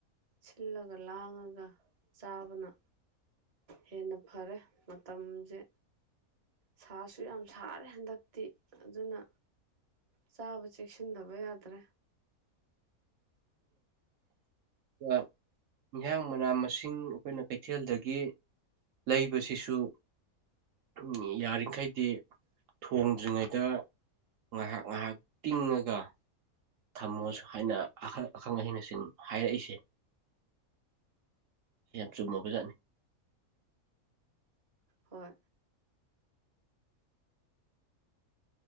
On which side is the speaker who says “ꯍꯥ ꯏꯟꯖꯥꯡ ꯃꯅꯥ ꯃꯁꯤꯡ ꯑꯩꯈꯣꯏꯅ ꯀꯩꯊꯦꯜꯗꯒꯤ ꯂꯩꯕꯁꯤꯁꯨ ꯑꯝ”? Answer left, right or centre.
Right